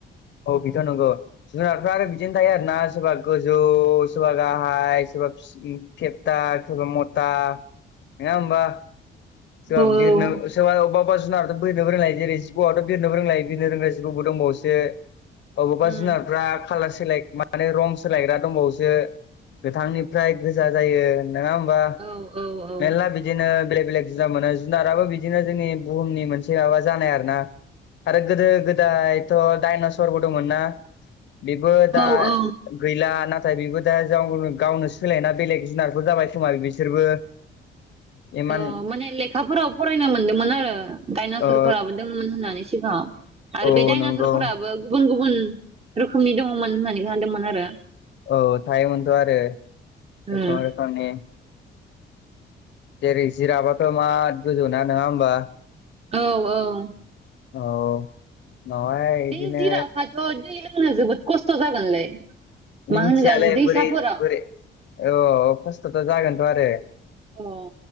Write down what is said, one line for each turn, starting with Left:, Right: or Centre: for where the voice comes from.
Left: औ बेथ' नंगौ जुनारफ्रा आरो बिदिनो थायो आरोना सोरबा गोजौ सोरबा गाहाय सोरबा सोरबा फिस फेपटा सोरबा मता नङा होमबा <unintelligible> बिरनो
Right: औ
Left: <unintelligible> अ जुनार' <unintelligible> जेरै जिबौआवथ' बिरनोबो रोंलायो बिनो रोंग्रा जिबौबो दंबावोसो अबेबा
Right: उम
Left: जुनारफ्रा खालार सोलाय माने रं सोलायग्रा दंबावसो गोथांनिफ्राय गोजा जायो नङा होमबा
Right: औ औ औ
Left: मेलला बिदिनो बेलेग बेलेग जुदा मोनो जुनाराबो बिदिनो जोंनि बुहुमनि मोनसे माबा जानाय आरो ना आरो गोदो गोदायथ' दडाइनस रबो दंमोन ना बेबो दा
Right: औ औ
Left: गैला ना थाय बेबो दा <unintelligible> गावनो सोलायना बेलेग जुनारफोर जाबाय खोमा बिसोरबो एमान
Right: औ माने लेखाफोराव फरायनो मोनदोंमोन आरो डाइनसवरफोराबो
Left: ओ
Right: दंमोन होननानै सिगाङाव आरो
Left: औ
Right: बे डाइनासरफोराबो
Left: नंगौ
Right: गुबुन गुबुन रोखोमनि दङमोन होननानै खोनादोंमोन आरो
Left: औ थायो मोनथ' आरो
Right: उम
Left: गोबां रोखोमनि जेरै जिराबाथ' मा गोजौना नङा होमबा
Right: औ औ
Left: औ उनावहाय बिदिनो
Right: बे जिराफाथ' दै लोंनो जोबोद खस्थ' जागोनलै
Left: मिन्थियालै
Right: मा होनगोन दैसाफोराव
Left: बोरै बोरै औ खस्थ'थ' जागोनथ' आरो
Right: अ